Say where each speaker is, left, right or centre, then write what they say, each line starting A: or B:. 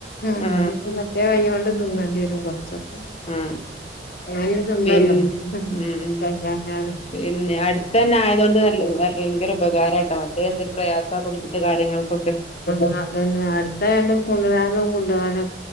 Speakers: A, on the left; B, on the left.
A: ഉം
B: ആ
A: പിന്നെ ഇപ്പോ- മറ്റേ കൈകൊണ്ട് നിന്നേണ്ടി വരും കൊറ ചക്
B: ആ
A: അാന്ന് <unintelligible>
B: പിന്നെ
A: നല്ലോ
B: ഉം ഉം
A: കഴിയാഞ്ഞ
B: പിന്നെ അടുത്തന്നെ ആയതൊണ്ട് <unintelligible> ഭയങ്കര ഉപകാരണ്ടാ <unintelligible> എന്തൊരു പ്രയാസ പ്പോ അങ്ങനത്തെ കാര്യങ്ങൾകൊക്കെ
A: ആഹ് അതന്നെ അടുത്തായണ്ട് കുണ്ടരാനും കൊണ്ടവാനും